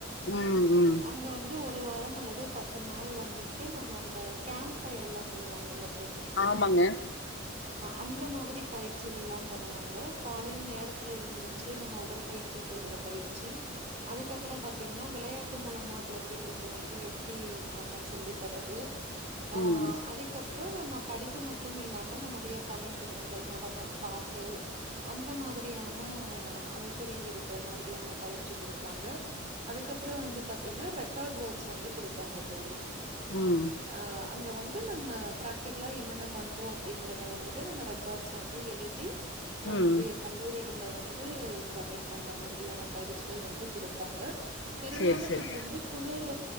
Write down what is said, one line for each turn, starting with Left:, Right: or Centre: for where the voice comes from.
Left: ம் ம்
Right: அங்க வந்து ஒரு வாரம் அல்லது பத்து நாள் வந்துட்டு நம்ம அந்த கேம் யர் எல்லாம் சொல்லுவாங்கல்ல
Left: ஆமாங்க
Right: அந்த மாதிரி பயிற்சிகள்லாம் தருவாங்க காலையில் நேரத்துல எழுந்திருச்சு நம்ம உடல் பயிற்சி செய்யற பயிற்சி அதுக்கப்புறம் பார்த்தீங்கன்னா விளையாட்டு மூலமா குழந்தைகளுக்கு வந்து எப்படி நம்ம சொல்லி தரது ஆஹ்
Left: ம்
Right: அதுக்கப்புறம் நம்ம படிப்பு மட்டும் இல்லாம நம்முடைய தனி திறமைகள் நடனம் பாட்டு அந்த மாதிரியான அமைப்புகள் இருக்கிற மாதிரியான பயிற்சி கொடுப்பாங்க அதுக்கப்புறம் வந்து பாத்தீங்கன்னா ரெக்கார்ட் ஒர்க்ஸ் வந்து கொடுப்பாங்க தோழி
Left: உம்
Right: அ அங்க வந்து நம்ம பிராக்டிகலா என்னென்ன பண்றோம் அப்படிங்கறத வந்து நம்ம ரெக்கார்ட்ஸ் வந்து எழுதி நம்மளுடைய
Left: ம்
Right: கல்லூரி வந்து சப்மிட் பண்ற மாதிரியான பயிற்சிகள் வந்து கொடுப்பாங்க பெரும்பாலும்
Left: செரி செரி
Right: அது வந்து குளிர்